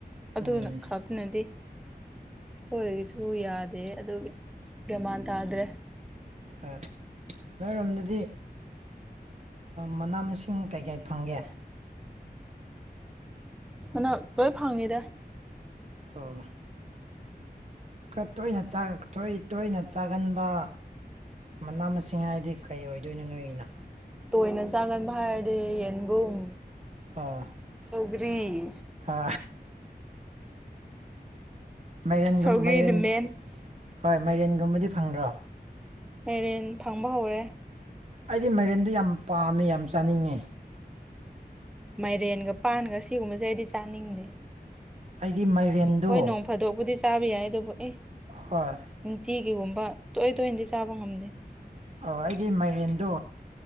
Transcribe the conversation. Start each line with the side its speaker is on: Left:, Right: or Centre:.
Centre: ꯑꯗꯨꯅ
Right: ꯎꯝ
Centre: ꯈꯗꯅꯗꯤꯦ ꯀꯣꯏꯁꯨ ꯌꯥꯗꯦ ꯑꯗꯨ ꯒꯃꯥꯟ ꯇꯥꯗ꯭ꯔꯦ
Right: ꯑ ꯅꯣꯏꯔꯣꯝꯗꯗꯤ ꯃꯅꯥ ꯃꯁꯤꯡ ꯀꯩ ꯀꯩ ꯐꯪꯒꯦ
Centre: ꯃꯅ ꯂꯣꯏ ꯐꯪꯉꯤꯗ
Right: ꯑ ꯈꯔ ꯇꯣꯏꯅ ꯇꯣꯏꯅ ꯆꯥꯒꯟꯕ ꯃꯅꯥ ꯃꯁꯤꯡ ꯍꯥꯏꯗꯤ ꯀꯩ ꯑꯣꯏꯗꯣꯏꯅꯣ ꯅꯣꯏꯒꯤꯅꯣ
Centre: ꯇꯣꯏꯅ ꯆꯥꯡꯒꯟꯕ ꯍꯥꯏꯔꯗꯤ ꯌꯦꯟꯕꯨꯝ
Right: ꯑꯥ
Centre: ꯗꯒꯔꯤ
Right: ꯑ ꯃꯥꯏꯔꯦꯟꯒ
Centre: ꯁꯧꯒ꯭ꯔꯤꯅ
Right: ꯃꯔꯦꯟ
Centre: ꯃꯦꯟ
Right: ꯍꯣꯏ ꯃꯥꯏꯔꯦꯟꯒꯨꯝꯕꯗꯤ ꯐꯪꯗ꯭ꯔꯣ
Centre: ꯄꯦꯔꯦꯟ ꯐꯪꯕ ꯍꯧꯔꯦ
Right: ꯑꯩꯗꯤ ꯃꯦꯔꯦꯟꯗꯣ ꯌꯥꯝ ꯄꯥꯝꯃꯦ ꯌꯥꯝ ꯆꯥꯅꯤꯡꯉꯤ
Centre: ꯃꯥꯏꯔꯦꯟꯒ ꯄꯥꯟꯒ ꯁꯤꯒꯨꯝꯕꯁꯦ ꯑꯩꯗꯤ ꯆꯥꯅꯤꯡꯗꯦ
Right: ꯑꯩꯗꯤ ꯃꯥꯏꯔꯦꯟꯗꯣ
Centre: ꯍꯣꯏ ꯅꯣꯡ ꯐꯥꯗꯣꯛꯕꯨꯗꯤ ꯆꯥꯕ ꯌꯥꯏ ꯑꯗꯨꯕꯨ ꯑꯦ
Right: ꯍꯣꯏ
Centre: ꯇꯤꯒꯤꯒꯨꯝꯕ ꯇꯣꯏ ꯇꯣꯏꯅꯗꯤ ꯆꯥꯕ ꯉꯝꯗꯦ
Right: ꯑꯣ ꯑꯩꯒꯤ ꯃꯥꯏꯔꯦꯟꯗꯣ